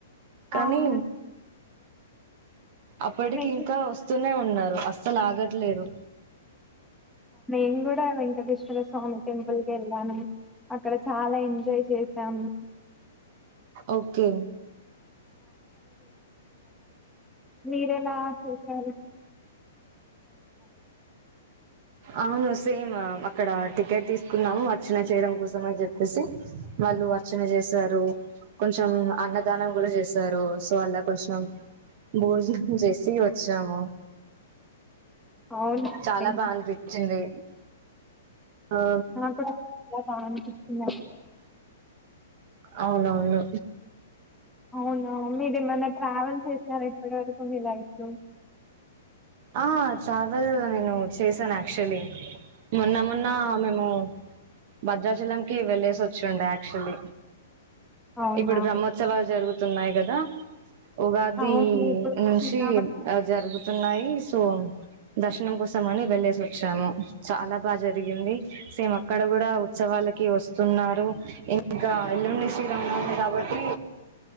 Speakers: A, on the right (about 35°); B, in the centre.
A: కానీ
B: అవును
A: అప్పటికి
B: నేను
A: ఇంకా వస్తూనే న్నారు అస్సలు ఆగట్లేదు
B: నేను కూడా క్క వెంకటేశ్వర స్వామి టెంపుల్ కి వెళ్ళాను అక్కడ చాలా ఎంజాయ్ చేశాము
A: ఓకే
B: మీరు ఎలా చేసారు
A: అవును సేమ్ అక్కడ టికెట్ తీస్ కున్నాము అర్చన చేయడం కోసం అని చెప్పేసి, వాళ్ళు అర్చన చేశారు, కొంచెం అన్నదానం కూడా చేసారు, సో అలా కొంచెం భోజనం చేసి వచ్చాము
B: అవునా అండి
A: చాలా బా అనిపించింది ఆ
B: నా కూడా చాలా బాగా అనిపిస్తుంది
A: అవునవును
B: అవును మీరు ఏమన్నా ట్రావెల్ చేసినారా ఇప్పటి వర మీ లైఫ్ లో
A: ఆ ట్రావెల్ నేను చేశాను యాక్చువలీ మొన్న మొన్న మేము భద్రాచలంకి వెళ్ళేసి వచ్చుండి యాక్చువల్లీ
B: అవునా
A: ఇప్పుడు బ్రహ్మోత్సవాలు జరుగు తున్నాయి కదా ఉగాది
B: అవును ఇప్పుడు
A: నుంచి
B: శ్రీరామనవమి
A: ఆ జరుగు తున్నాయి సో దర్శనం కోసం అని వెళ్లేసి వచ్చాము, చాలా బాగా జరిగింది, సేమ్ అక్కడ కూడా ఉత్సవాలకి వస్తున్నారు, ఇంకా ఎల్లండి శీరంలో ఉంది కాబట్టి